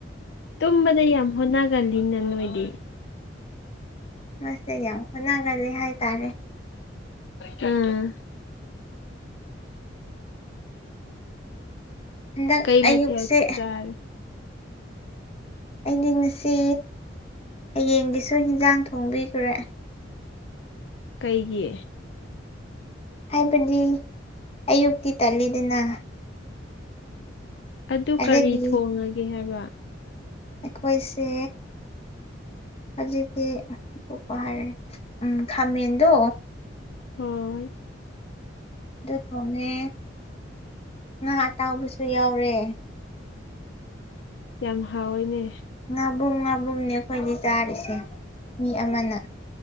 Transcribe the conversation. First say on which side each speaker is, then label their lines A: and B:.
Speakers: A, on the left; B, on the left.
A: ꯇꯨꯝꯕꯗ ꯌꯥꯝ ꯍꯣꯠꯅꯒꯜꯂꯤꯅ ꯅꯣꯏꯗꯤ
B: ꯃꯁꯦ ꯌꯥꯎ ꯍꯅꯒꯜꯂꯤ ꯍꯥꯏ ꯇꯔꯦ
A: ꯎꯝ
B: ꯍꯟꯗꯛ
A: ꯀꯩ
B: ꯑꯌꯨꯛꯁꯦ
A: ꯃꯊꯦꯜ ꯆꯥꯔꯦ
B: ꯑꯩꯗꯤ ꯉꯁꯤ ꯍꯌꯦꯡꯒꯤꯁꯨ ꯏꯟꯁꯥꯡ ꯊꯣꯡꯕꯤꯈ꯭ꯔꯦ
A: ꯀꯩꯒꯤ
B: ꯍꯥꯏꯕꯗꯤ ꯑꯌꯨꯛꯇꯤ ꯇꯜꯂꯤꯗꯅ
A: ꯑꯗꯨ
B: ꯑꯗꯒꯤ
A: ꯀꯔꯤ ꯊꯣꯡꯉꯒꯦ ꯍꯥꯏꯕ
B: ꯑꯩꯈꯣꯏꯁꯦ ꯍꯧꯖꯤꯛꯇꯤ ꯑꯇꯣꯛꯄ ꯍꯥꯏꯔꯦ ꯎꯝ ꯈꯃꯗꯨ
A: ꯍꯣꯏ
B: ꯑꯗꯨ ꯊꯣꯡꯉꯦ ꯉꯥ ꯑꯇꯥꯎꯕꯁꯨ ꯌꯥꯎꯔꯦ
A: ꯌꯥꯝ ꯍꯥꯎꯏꯅꯦ
B: ꯉꯥꯕꯨꯝ ꯉꯥꯕꯨꯝꯅꯦ ꯑꯩꯈꯣꯏꯗꯤ ꯆꯥꯔꯤꯁꯦ ꯃꯤ ꯑꯃꯅ